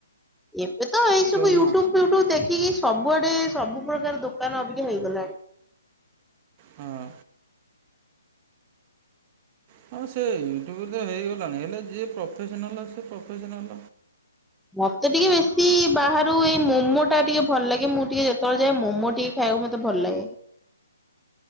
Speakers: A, in the centre; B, on the right.
A: ଏବେ ତ ଏଇ ସବୁ
B: ଶର୍ମା
A: ୟୁଟ୍ୟୁବ ଫୁଟ୍ୟୁବ ଦେଖିକି ସବୁଆଡେ ସବୁ ପ୍ରକାର ଦୋକାନ ଅବିକା ହେଇଗଲାଣି।
B: ହଁ। ହଁ ସେ ୟୁଟ୍ୟୁବରେ ହେଇଗଲାଣି ହେଲେ ଯିଏ ପ୍ରଫେସନାଲ୍ ସିଏ ପ୍ରଫେସନାଲ୍।
A: ମତେ ଟିକେ ବେଶୀ ବାହାରୁ ଏଇ ମୋମୋ ଟା ଟିକେ ଭଲ ଲାଗେ ମୁଁ ଟିକେ ଯେତେବେଳେଜାଏ ମମୋ ଟିକେ ଖାଇବାକୁ ମତେ ଭଲ ଲାଗେ।